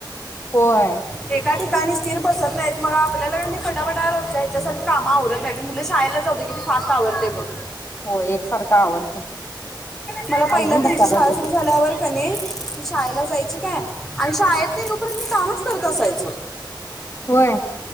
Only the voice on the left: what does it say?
होय.
होय एकसारखं आवरतंय
आवरून
बसायला
होतंय
होय